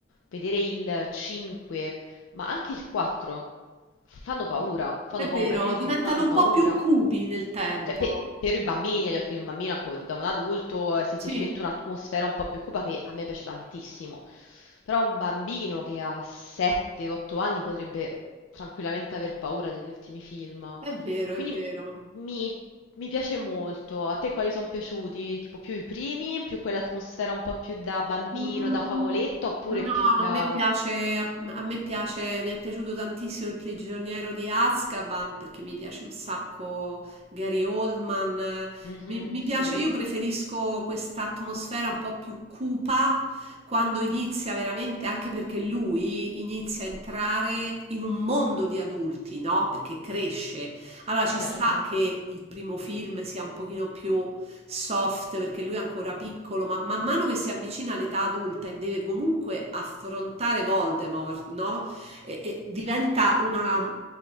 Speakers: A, on the left; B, on the right.
A: vedere il 5, ma anche il 4 fanno paura, fanno
B: è
A: paura,
B: vero,
A: gli ultimi
B: diventano
A: fanno
B: un
A: paura.
B: po' più cupi nel tempo.
A: Cioè, pe- per i bambini, agli occhi di un bambino, ecco, da un adulto è semplicemente
B: Sì,
A: un'atmosfera un po' più cupa che a me piace tantissimo. Però un bambino che ha 7-8 anni potrebbe tranquillamente aver paura degli ultimi film.
B: È vero,
A: Quindi
B: è vero.
A: mi, mi piace molto. A te quali sono piaciuti? Tipo più i primi, più quell'atmosfera un po' più da bambino,
B: Mm,
A: da favoletto, oppure
B: no,
A: più la
B: a me piace, a, a me piace, mi è piaciuto tantissimo Il prigioniero di Azkaban perché mi piace un sacco Gary Oldman. eh,
A: Mhm,
B: Mi, mi piace,
A: sì,
B: io preferisco questa atmosfera un po' più cupa quando inizia veramente, anche perché lui inizia a entrare in un mondo di adulti, no? Perché cresce. Allora ci
A: certo.
B: sta che il primo film sia un pochino più soft perché lui è ancora piccolo, ma man mano che si avvicina all'età adulta e deve comunque affrontare Voldemort, no? E, e diventa una...